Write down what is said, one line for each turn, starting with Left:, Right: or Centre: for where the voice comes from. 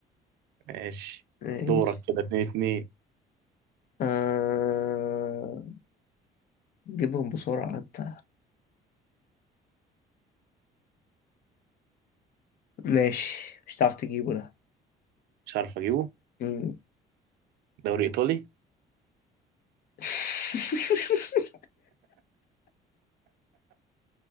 Right: ماشي
Left: ماشي
Right: دورك كده اتنين اتنين
Left: آه... جيبهم بسرعة انت ماشي مش هتعرف تجيبه ده
Right: مش عارف اجيبه
Left: مم.
Right: دوري ايطالي
Left: <laughs>